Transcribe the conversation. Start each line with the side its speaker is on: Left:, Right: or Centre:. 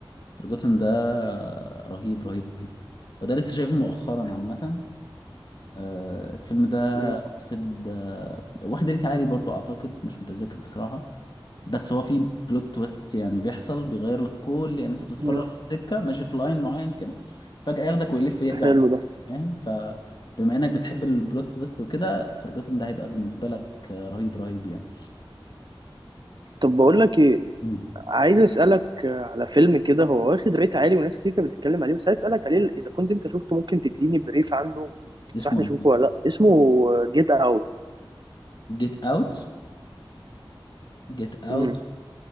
Left: فرجوتن ده رهيب رهيب رهيب وده لسه شايفه مؤخرا عامة آه، الفيلم ده
Right: مم.
Left: واخد آه، واخد ريت عالي برضو أعتقد مش متذكر بصراحة بس هو فيه بلوت تويست يعني بيحصل بيغير لك كل يعني أنت بتتفرج
Right: مم.
Left: في سكة ماشي في لاين معين كده فجأة ياخدك ويلف ويرجع
Right: حلو
Left: بيك
Right: ده
Left: تاني، فاهم فبما إنك بتحب البلوت تويست وكده فرجوتن ده هيبقى بالنسبة لك آه، رهيب رهيب يعني
Right: طب بقول لك ايه
Left: مم.
Right: عايز اسالك على فيلم كده هو واخد ريت عالي وناس كتير كانت بتتكلم عليه بس عايز اسالك عليه اذا كنت انت شفته ممكن تديني بريف عنه وتنصحني
Left: اسمه
Right: اشوفه ولا لا اسمه جيت اوت
Left: جيت اوت جيت اوت
Right: امم